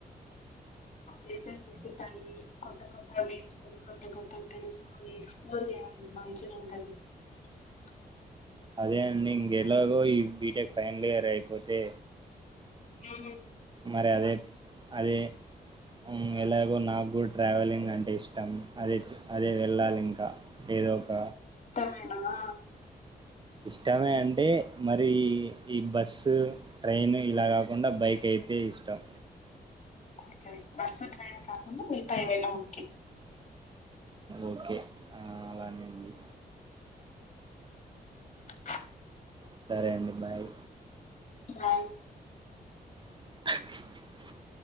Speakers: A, on the left (about 45°); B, on the right (about 30°).
A: లేసస్ విజేతాయి కొత్త కొ నేర్చుకొని కొత్త కొత్తగా తెలుసుకొని ఎక్స్ప్లోర్ చేయాలి మంచిగా ఉంటది. <unintelligible>
B: అదే అండి ఇంకెలాగో ఈ బీటెక్ ఫైనల్ ఇయర్ అయిపోతే,
A: ఆ
B: మరి అదే అదే ఉ ఎలా సో నాకు కూడా ట్రావెలింగ్ అంటే ఇష్టం అదే అదే వెళ్ళాలి ఇంకా ఏదో ఒక
A: పోయినమా
B: ఇష్టమే అంటే మరి ఈ బస్సు ట్రైన్ ఇలా కాకుండా బైక్ అయి అయితే ఇష్టం
A: ఓకే బస్సు ట్రెన్ కాకుండా మీతాయివెళ్లడం ఓకే
B: ఓకే అలానే అండి
A: ఆ
B: సరే అండి బాయ్
A: సై
B: <unintelligible>